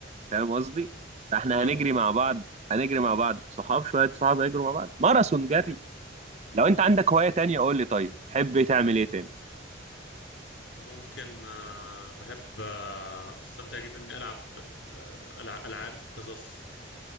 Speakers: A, on the right; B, on the left.
A: فاهم قصدي فاحنا
B: اه
A: هنجري مع بعض هنجري مع بعض صحاب شويه صحاب هيجروا مع بعض ماراثون جري لو
B: مم.
A: انت عندك هوايه تانية قول لي طيب تحب تعمل ايه تاني
B: ممكن آه، بحب آه، بستمتع جدا اني العب آه، ألع- العاب قصص